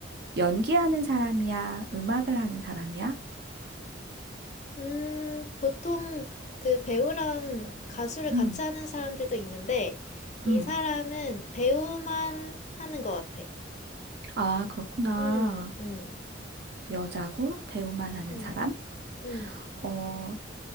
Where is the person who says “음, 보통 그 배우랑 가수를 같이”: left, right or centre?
Left